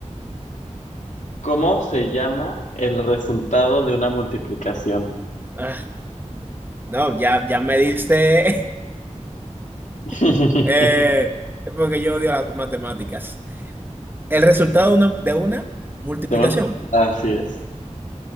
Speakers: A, on the left; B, on the right.
A: ¿cómo se llama el resultado de una multiplicación?
B: Ah, no, ya, ya me diste,
A: <laughs>
B: <laughs> eh, porque yo odio las matemáticas. El resultado de una, de una multiplicación,
A: De un- Así es.